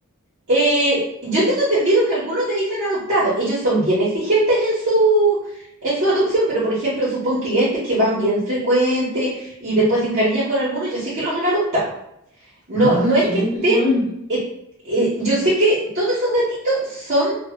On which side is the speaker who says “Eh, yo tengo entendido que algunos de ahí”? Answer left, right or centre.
Right